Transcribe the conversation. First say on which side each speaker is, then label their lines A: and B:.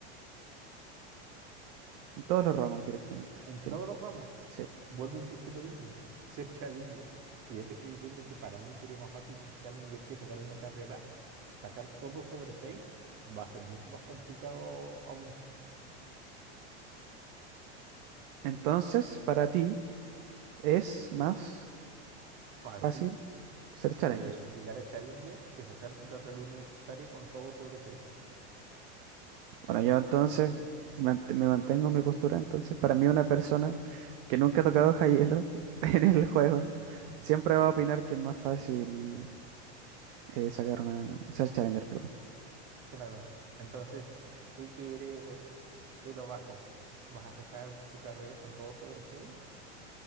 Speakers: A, on the right; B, on the right.
A: En todos los ramos directamente.
B: En todos
A: Tien-
B: los ramos.
A: Sí.
B: Vuelvo a insistir lo mismo. <laughs> Ser Challenger. Si ya te estoy diciendo que para mí sería más fácil ser Challenger que sacar una carrera, sacar todo sobre 6, va a ser mucho más complicado, aún
A: Entonces, para ti es más
B: fácil,
A: fácil ser Challenger.
B: eh, llegar a Challenger que sacar tu carrera universitaria con todo sobre seis.
A: Bueno, yo entonces mant- me mantengo en mi postura. Entonces, para mí una persona que nunca ha tocado High Elo <laughs> en el juego siempre va a opinar que es más fácil eh, sacar una ser Challenger, perdón.
B: Claro. Entonces, tú que eres el o bajo, ¿vas a sacar tu carrera con todo sobre seis.